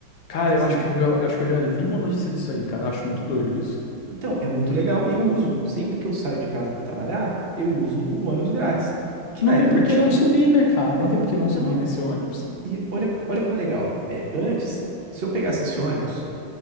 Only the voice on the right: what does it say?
Então,
assim,
Então, é muito legal e eu uso. Sempre que eu saio de casa para trabalhar, eu uso o ônibus grátis, que
na
época
não tinha.
Então,
e olha, olha como é legal. É, antes, se eu pegasse esse ônibus,